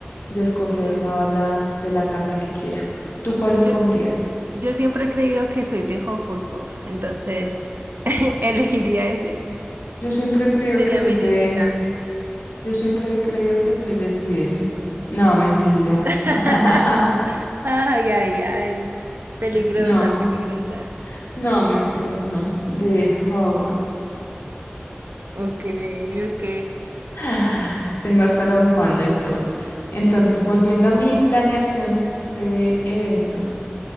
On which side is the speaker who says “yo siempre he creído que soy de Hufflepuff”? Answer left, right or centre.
Right